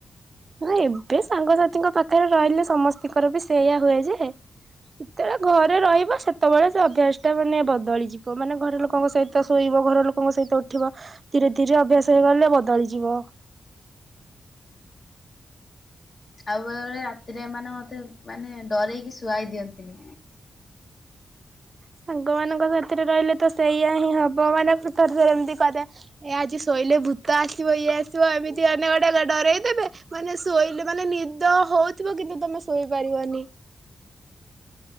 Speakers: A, on the right (about 45°); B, on the left (about 50°).
A: ହଁ ଏବେ ସାଙ୍ଗସାଥିୀଙ୍କ ପାଖରେ ରହିଲେ ସମସ୍ତଙ୍କର ବି ସେଇଆ ହୁଏ ଯେ ଯେତେବେଳେ ଘରେ ରହିବ ସେତେବେଳେ ସେ ଅଭ୍ୟାସ ଟା ମାନେ ବଦଳିଯିବ ମାନେ ଘର ଲୋକଙ୍କ ସହିତ ଶୋଇବ ଘର ଲୋକଙ୍କ ସହିତ ଉଠିବ ଧୀରେ ଧୀରେ ଅଭ୍ୟାସ ହେଇଗଲେ ବଦଳିଯିବ
B: ଆଉ ବେଳେ ବେଳେ ରାତିର ଏ ମାନେ ମତେ ମାନେ ଡରେଇକି ଶୁଆଇ ଦିଅନ୍ତିନି
A: ସାଙ୍ଗ ମାନଙ୍କ ସାଥିରେ ରହିଲେ ତ ସେଇଆ ହିଁ ହବ ମାନେ ଥରେ ଥରେ ଏମତି କରେ ଏ ଆଜି ଶୋଇଲେ ଭୂତ ଆସିବ ଇଏ ଆସିବ ଏମିତି ମାନେ ଗୋଟେ ଡରେଇଦେବେ ମାନେ ଶୋଇଲେ ମାନେ ନିଦ ହଉଥିବ କିନ୍ତୁ ତମେ ଶୋଇପାରିବନି